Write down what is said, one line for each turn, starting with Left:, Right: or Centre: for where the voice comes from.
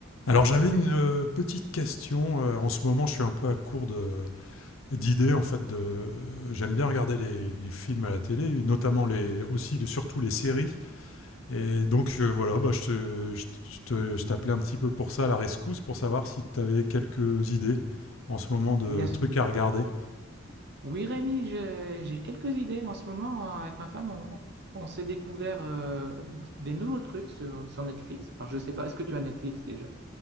Left: Alors j'avais une euh, petite question. euh, en ce moment, je suis un peu à court de- d'idées en fait. De, euh, j'aime bien regarder les, les films à la télé, et notamment les, aussi le- surtout les séries. Et donc euh, voilà, bah, je te- je te- je te- je t'appelais un petit peu pour ça, à la rescousse, pour savoir si tu avais quelques idées en ce moment de
Right: Eh Bien, s-
Left: trucs à regarder.
Right: oui, Rémi, je- j'ai quelques idées. En ce moment, avec ma femme, on, on s'est découvert euh, d- des nouveaux trucs sur, sur Netflix. Alors, je sais pas, est-ce que tu as Netflix déjà?